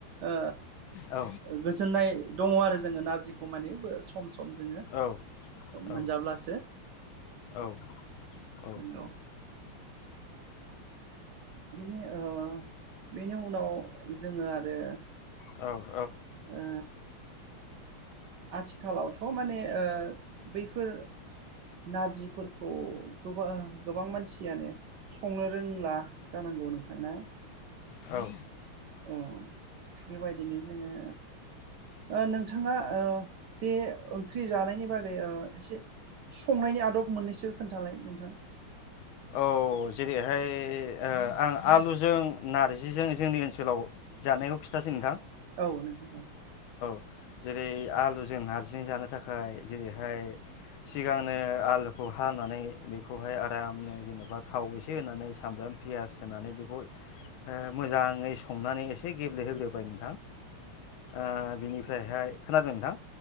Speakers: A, on the right; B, on the left.
A: ओ
B: औ
A: गोजोननाय दङ आरो जोङो नार जिखौ माने सम सम जोङो
B: औ
A: मोनजाब्लासो
B: औ औ औ ओं औ
A: नंगौ। बिनि ओ बेनि उनाव जोङो आरो
B: औ
A: उ आथिखालावथ माने ओ बैफोर नारजिफोरखौ गोबां गोबां मानसियानो संनो रोंला जानांगौ नोंथांना
B: औ
A: औ बेबायदिनो जोङो ओ नोंथां थाङा औ बे ओंख्रि जानायनि बागै ओ एसे संनायनि आदब मोननैसो खोन्थालाय नोंथां
B: औ जेरैहाय ओ आं आलुजों नारजिजों जोंनि ओनसोलाव जानायखौ खिथासै नोंथां
A: औ नोंथां औ
B: जेरै आलुजों नारजिं जानो थाखाय जेरैहाय सिगांनो आलुखौ हानानै बेखौहाय आरामनो जेनेबा थाव एसे होनानै सामब्राम पियास होनानै बेखौ ओ मोजाङै संनानै एसे गेब्लेहोग्रोबाय नोंथां ओ बिनिफ्रायहाय खोनादों नोंथां